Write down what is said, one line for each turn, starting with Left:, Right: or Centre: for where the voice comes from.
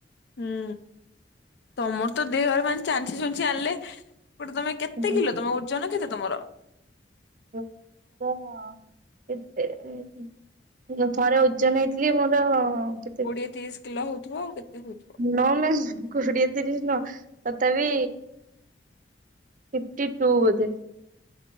Left: ହୁଁ ତମର ତ ଦେହରେ ମାନେ ଚାଞ୍ଛି ଛୁଞ୍ଚି ଆଣିଲେ ଗୋଟେ ତମେ କେତେ
Right: ମୋର
Left: କିଲୋ ତମ ଓଜନ କେତେ ତମର?
Right: ହଁ ମୋର ଏତେ ଥରେ ଓଜନ ହେଇଥିଲି ମୋର କେ
Left: କୋଡିଏ ତିରିଶ କିଲୋ ହଉଥିବ ଆଉ କେତେ ହଉଥିବ?
Right: ନୋ ମିସ କୋଡିଏ ତିରିଶ ନୁହଁ ତଥାପି ଫିପ୍ଟିଟୁ ବୋଧେ।